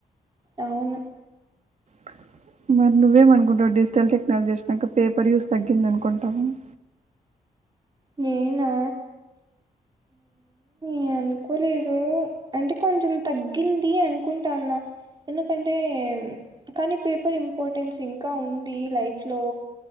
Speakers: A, on the right; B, on the right.
A: అవును
B: <inaudible> మరి నువ్వెమ్ అనుకుంటావు డిజిటల్ టెక్నాలజేషన్ అక పేపర్ యూస్ తగ్గింది అనుకుంటావు <inaudible>
A: నేనా నేను అనుకోలేదు అంటే కొంచెం తగ్గింది అనుకుంటా అన్న ఎందుకంటే కానీ పేపర్ ఇంపార్టెన్స్ ఇంకా ఉంది లైఫ్ లో